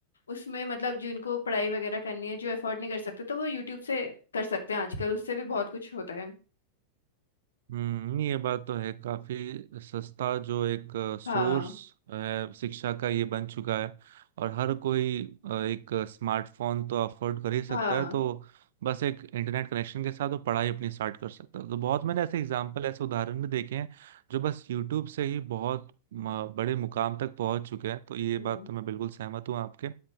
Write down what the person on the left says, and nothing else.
उसमें मतलब जिनको पढ़ाई वगैरह करनी है जो अफोर्ड नहीं कर सकते तो वो यूट्यूब से कर सकते हैं आजकल उससे भी बहुत कुछ होता है
हाँ
हाँ
हम्म,